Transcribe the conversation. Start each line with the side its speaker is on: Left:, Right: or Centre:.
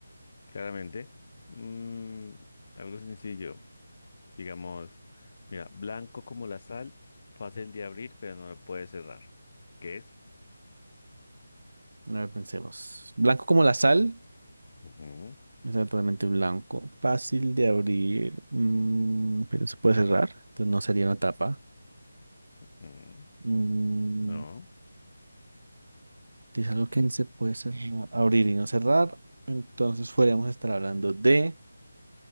Left: Claramente. Mm, algo sencillo. Digamos, mira, blanco como la sal, fácil de abrir, pero no lo puedes cerrar. ¿Qué es?
Right: A ver, pensemos. Blanco como la sal.
Left: Ujú,
Right: Está totalmente blanco. Fácil de abrir. mm, pero se puede cerrar. Entonces no sería una tapa.
Left: mm,
Right: Mm,
Left: No.
Right: es algo que se puede cerrar- abrir y no cerrar. Entonces podríamos estar hablando de.